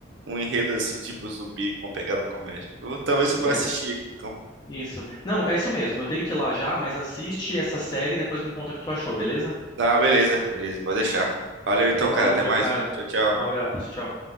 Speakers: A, on the right (about 85°); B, on the left (about 25°).
A: um enredo assim, tipo zumbi com pegada comédia. Eu- talvez eu vá
B: É,
A: assistir aqui, então.
B: isso. Não, é isso mesmo, eu tenho que ir lá já, mas assiste essa série e depois me conta o que tu achou, beleza?
A: Tá, beleza, beleza, pode deixar. Valeu então, cara.
B: Falou,
A: Até mais,
B: cara.
A: viu? Tchau, tchau.
B: Um abraço, tchau.